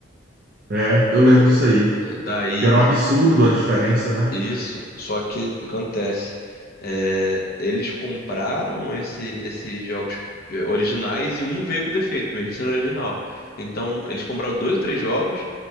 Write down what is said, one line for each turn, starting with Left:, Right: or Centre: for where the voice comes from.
Right: É, eu lembro disso aí.
Left: É, Daí.
Right: Que era um absurdo a diferença, né?
Left: Isso, só que acontece, é, eles compraram esse- esses jogos é, originais e um veio com defeito, mesmo sendo original. Então, eles compraram dois ou três jogos